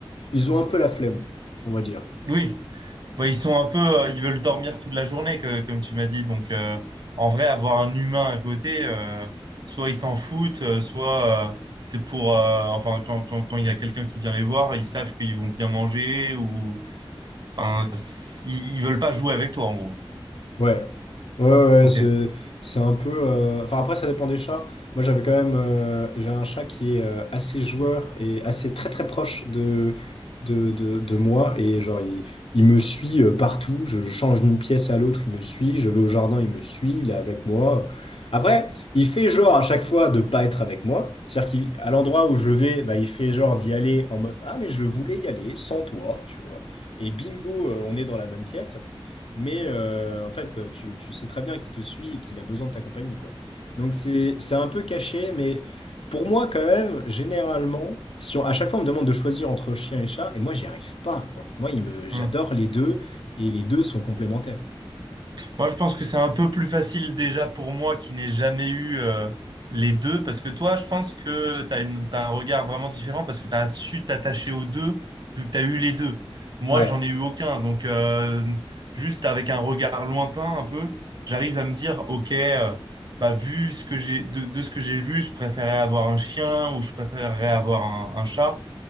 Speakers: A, on the left; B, on the right.
A: ils ont un peu la flemme, on va dire.
B: oui, Bah, ils sont un peu euh, ils veulent dormir toute la journée que- comme tu m'as dit. Donc euh, en vrai avoir un humain à côté, euh, soit ils s'en foutent, euh, soit euh, c'est pour euh, enfin quand quand quand il y a quelqu'un qui vient les voir, ils savent qu'ils vont bien manger ou enfin s- ils ils veulent pas jouer avec toi en gros.
A: Ouais, ouais, ouais, ouais,
B: Ok.
A: c'est, c'est un peu. euh, Enfin, après, ça dépend des chats. Moi, j'avais quand même. euh, J'ai un chat qui est euh, assez joueur et assez très très proche de, de, de, de moi. Et genre, il, il me suit euh, partout. Je, je change d'une pièce à l'autre, il me suit. Je vais au jardin, il me suit. Il est avec moi. Après, il fait genre à chaque fois de pas être avec moi. C'est-à-dire qu'à l'endroit où je vais, bah, il fait genre d'y aller en mode Ah, mais je voulais y aller sans toi, tu vois. Et bingo, euh, on est dans la même pièce. Mais euh, en fait, tu, tu sais très bien qu'il te suit et qu'il a besoin de ta compagnie, quoi. Donc c'est c'est un peu caché, mais pour moi, quand même, généralement, si on- à chaque fois on me demande de choisir entre chien et chat, et moi j'y arrive pas, quoi. Moi, il me, j'adore
B: Hmm.
A: les deux, et les deux sont complémentaires.
B: Moi, je pense que c'est un peu plus facile déjà pour moi qui n'ai jamais eu euh, les deux, parce que toi, je pense que tu as une, t'as un regard vraiment différent parce que tu as su t'attacher aux deux vu que tu as eu les deux. Moi,
A: Ouais.
B: j'en ai eu aucun, donc euh, juste avec un regard lointain un peu, j'arrive à me dire, ok, euh, bah, vu ce que j'ai de, de ce que j'ai vu, je préférerais avoir un chien ou je préférerais avoir un, un chat,